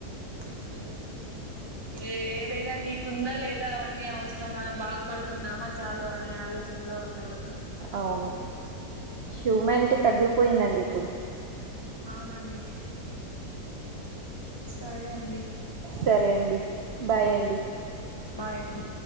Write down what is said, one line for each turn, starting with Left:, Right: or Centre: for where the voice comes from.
Left: అంతే కదండి ఏ ఏదైనా నీకుందా లేదా అవన్నీ అవసరం మనం బాగు పడుకున్నామా చాలు అనే ఆలోచన్లో ఉంటారు
Right: అవును హ్యూమానిటీ తగ్గిపోయిందండి ఇప్పుడు
Left: అవునండి సరే అండి
Right: సరే అండి బాయ్ అండి
Left: ఆ బాయండి